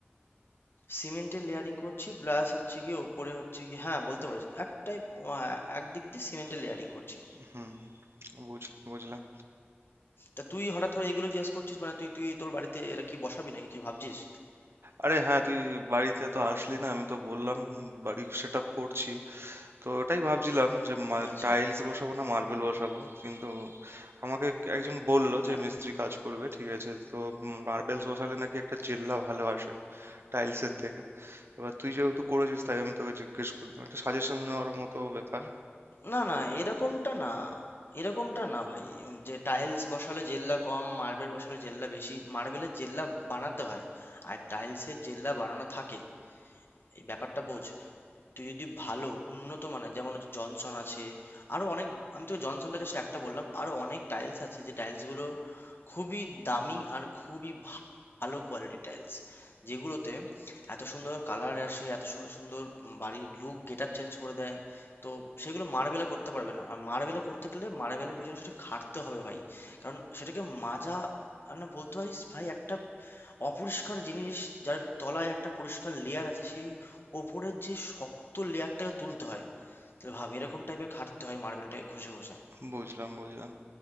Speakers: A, on the left (about 65°); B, on the right (about 75°).
A: সিমেন্টের লেয়ারিং করছি প্লাস হচ্ছে গিয়ে ওপরে হচ্ছে গিয়ে হ্যাঁ, বলতে পারিস। একটাই আ একদিক দিয়ে সিমেন্টের লেয়ারিং করছি।
B: হুম বুঝলাম বুঝলাম
A: তা তুই হঠাৎ করে এইগুলো জিজ্ঞেস করছিস মানে তুই তুই তোর বাড়িতে এটা কি বসাবি নাকি কিছু ভাবছিস?
B: আরে হ্যাঁ তুই বাড়িতে তো আসলি না আমি তো বললাম উম, বাড়ি সেট আপ করছি তো ওটাই ভাবছিলাম যে
A: আচ্ছা,
B: টাইলস বসাবো না মার্বেল বসাবো কিন্তু আমাকে একজন বলল
A: না
B: যে মিস্ত্রি কাজ করবে ঠিক আছে তো মার্বেলস বসালে নাকি একটা জেল্লা ভালো আসে টাইলসের থেকে এবার তুই যেহেতু করেছিস তাই আমি তোকে জিজ্ঞেস করলাম একটা সাজেশন নেওয়ার মতো ব্যাপার
A: না না এরকমটা না এরকমটা না ভাই উম, যে টাইলস বসালে জেল্লা কম মার্বেল বসালে জেল্লা বেশি মার্বেলের জেল্লা বানাতে হয় আর টাইলসের জেল্লা বানানো থাকে এই ব্যাপারটা বোঝ তুই যদি ভালো উন্নত মানের যেমন হচ্ছে জনসন আছে আরো অনেক আমি তোকে জনসনটা জাস্ট একটা বললাম আরো অনেক টাইলস আছে যে টাইলস গুলো খুবই দামি আর খুবই ভা- ভালো কোয়ালিটি টাইলস যেগুলোতে এত সুন্দর কালার আসে এত সুন্দর সুন্দর বাড়ির লুক গেট আপ চেঞ্জ করে দেয় তো সেগুলো মার্বেলে করতে পারবে না আর মার্বেলে করতে গেলে মার্বেলের পেছনে সেটা খাটতে হবে ভাই কারণ সেটাকে মাজা আর না বলতে পারিস ভাই একটা অপরিষ্কার জিনিস যার তলায় একটা পরিষ্কার লেয়ার আছে সেই ওপরের যে শক্ত লেয়ারটাকে তুলতে হয় তাহলে ভাব এরকম টাইপের খাটতে হয় মার্বেলটাকে ঘষে ঘষে
B: বুঝলাম বুঝলাম